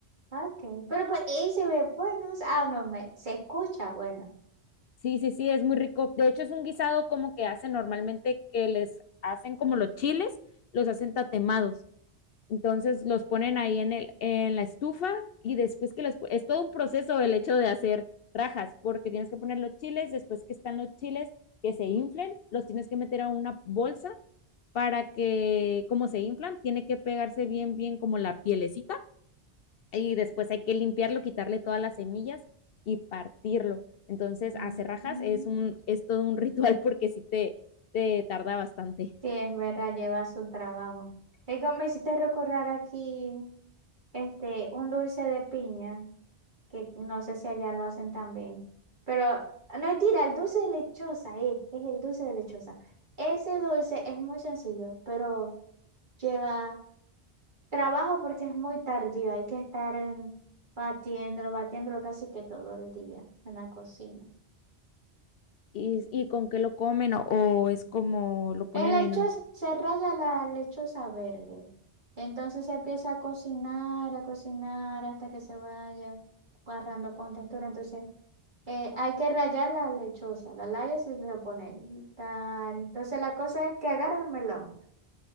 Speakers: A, on the right; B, on the left.
A: Ok, pero pues ahí se ve bueno. Ah, no, me, se escucha bueno.
B: Sí, sí, sí, es muy rico. De hecho, es un guisado como que hacen normalmente que les hacen como los chiles, los hacen tatemados. Entonces los ponen ahí en el, en la estufa y después que los, pu- es todo un proceso el hecho de hacer rajas, porque tienes que poner los chiles, después que están los chiles que se inflen, los tienes que meter a una bolsa para que, como se inflan, tiene que pegarse bien, bien como la pielecita y después hay que limpiarlo, quitarle todas las semillas y partirlo. Entonces,
A: Mm,
B: hacer rajas
A: mm.
B: es, un, es todo un <laughs> ritual porque sí te, te tarda bastante.
A: Sí, es verdad, lleva su trabajo. Es que me hiciste recordar aquí este, un dulce de piña. que no sé si allá lo hacen también. Pero ah, no mentira, el dulce de lechosa es, es el dulce de lechosa. Ese dulce es muy sencillo, pero lleva trabajo porque es muy tardío. Hay que estar em, batiéndolo, batiéndolo casi que todo el día en la cocina.
B: ¿Y, y con qué lo comen o, o es como lo ponen
A: El lechoso,
B: en...
A: se raya la lechosa verde. Entonces se empieza a cocinar, a cocinar hasta que se vaya agarrando con textura. Entonces eh, hay que rayar la lechosa, la rayas y le pone y tar. Entonces la cosa es que agarre el melón.